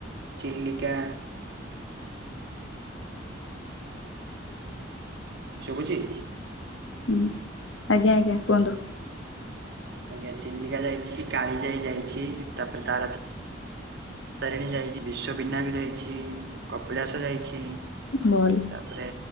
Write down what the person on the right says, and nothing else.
ଚିଲିକା ଶୁଭୁଛି?
ଆଜ୍ଞା ଚିଲିକା ଯାଇଛି, କାଳି ଯାଇ ଯାଇଛି, ତାପରେ ତାର ତା ତାରିଣୀ ଯାଇଛି। ବିଶ୍ଵ ବିନାୟକ ଯାଇଛି। କପିଳାସ ଯାଇଛି।
ତାପରେ